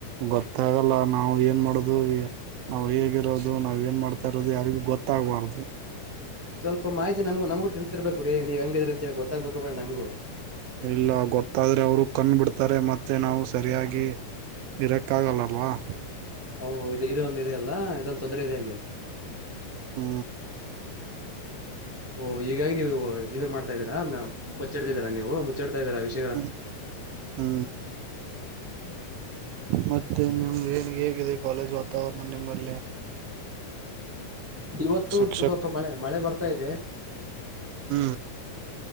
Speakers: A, on the right; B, in the centre.
A: ಗೊತ್ತಾಗಲ್ಲ ನಾವು ಏನ್ ಮಾಡುದು ಇಗ. ನಾವು ಹೇಗಿರೋದು ನಾವ ಏನ್ ಮಾಡ್ತಾ ಇರೋದು ಯಾರಿಗೂ ಗೊತ್ತಾಗ್ಬಾರ್ದು.
B: ಸ್ವಲ್ಪ ಮಾಹಿತಿ ನಮಗ ನಮಗೂ ತಿಳತಿರ್ಬೇಕುರಿ ನೀವ ಹೆಂಗದಿರಿ ಅಂತೇಳಿ ಗೊತ್ತಾಗ್ಬೇಬೇಕ ನಮಗೂ.
A: ಇಲ್ಲಾ ಗೊತ್ತಾದ್ರೆ ಅವರು ಕಂಡ್ಬಿಡ್ತಾರೆ ಮತ್ತೆ ನಾವು ಸರಿಯಾಗಿ. ಇರಕಾಗಲಾಅವ್ವಾ.
B: ಓ ಇದು ಇದೊಂದು ಇದೆಯಲ್ಲಾ ಇದೊಂದು. ತೊಂದರೆ ಇದೆ ಅಲ್ಲಿ.
A: ಹು
B: ಓ ಹೀಗಾಗಿ ನೀವು ಇದು ಮಾಡ್ತಾ ಇದೀರಾ ಅದನ್ನಾ ಬಚ್ಚಿಡ್ತಿದೀರಾ ನೀವು ಮುಚ್ಚಿಡ್ತಾ ಇದರಾ ವಿಸ್
A: ಹು ಹು ಹು ಮತ್ತೆ ನಿಮಗೆ ಹೇಗಿದೆ ಕಾಲೇಜ್ ವಾತಾವರಣ ನಿಮ್ಮಲ್ಲಿ.
B: ಇವತ್ತು
A: ಶಿಕ್ಷಕ
B: ತುಸು ಮಳೆ ಮಳೆ ಬರ್ತಾ ಇದೆ.
A: ಹು